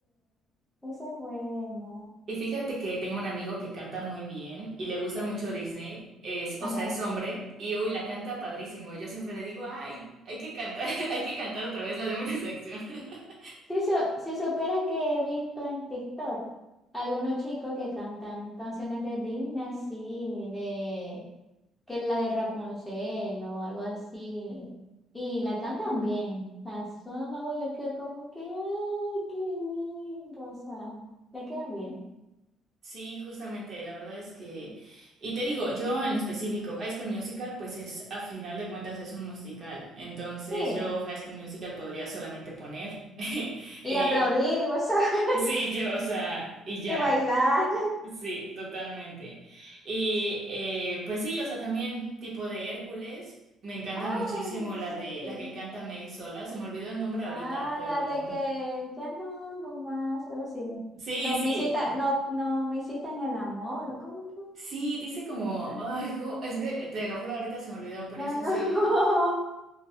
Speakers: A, in the centre; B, on the right.
A: esa es buena.
B: Y fíjate que tengo un amigo que canta muy bien y le gusta mucho Disney, es,
A: Ajá.
B: o sea, es hombre y uy, la canta padrísimo. Yo siempre le digo, ay, hay que cantar, <laughs> hay que cantar otra vez la de Hombres de Acción. <laughs>
A: Si, su- si supieras que he visto en TikTok algunos chicos que cantan canciones de Disney, así, de que es la de Rapunzel o algo así, y la cantan bien. La zona, yo quedo como que, ¡ay, qué lindo! O sea, les quedan bien.
B: Sí, justamente, la verdad es que, y te digo, yo en específico, High School Musical, pues es, a final de cuentas es un musical, entonces
A: Sí.
B: yo High School Musical podría solamente poner, <laughs>
A: Y
B: eh,
A: aplaudir y, vos <laughs> sabés,
B: sí, yo, o sea, y ya.
A: y bailar.
B: Sí, totalmente. Y eh, pues sí, o sea, también tipo de Hércules. Me encanta
A: Ay,
B: muchísimo la
A: sí.
B: de la que canta Meg sola. Se me olvidó el nombre ahorita,
A: Ah,
B: pero
A: la de que ya no, no más, algo así.
B: sí,
A: No
B: sí.
A: me incita, no, no me incita el amor. ¿Cómo que?
B: Sí, dice como,
A: Ya,
B: ay, jo- es que te lo juro, ahorita se me olvidó, pero
A: ya
B: es
A: no.
B: así.
A: <laughs>